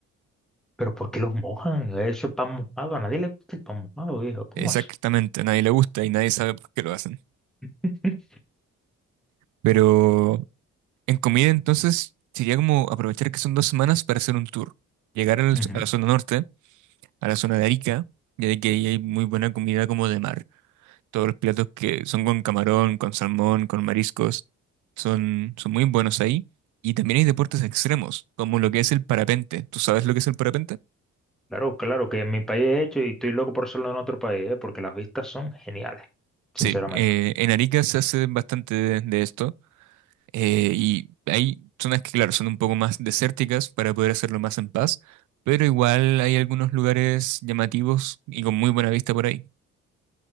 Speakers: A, in the centre; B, on the right (about 75°).
A: <laughs> ¿Pero por qué los mojan? Eso es pan mojado. A nadie le gusta el pan mojado, viejo. ¿Cómo
B: Exactamente,
A: así?
B: a nadie le gusta y nadie sabe por qué lo hacen.
A: <laughs>
B: Pero En comida, entonces, sería como aprovechar que son dos semanas para hacer un tour. Llegar al-
A: Ujú.
B: a la zona norte, a la zona de Arica, ya de que ahí hay muy buena comida como de mar. Todos los platos que son con camarón, con salmón, con mariscos, son, son muy buenos ahí. Y también hay deportes extremos, como lo que es el parapente. ¿Tú sabes lo que es el parapente?
A: Claro, claro, que en mi país he hecho y estoy loco por hacerlo en otro país, ¿eh? Porque las vistas son geniales, sinceramente.
B: Sí, eh, en Arica se hace bastante de, de esto. Eh, y hay zonas que, claro, son un poco más desérticas para poder hacerlo más en paz, pero igual hay algunos lugares llamativos y con muy buena vista por ahí.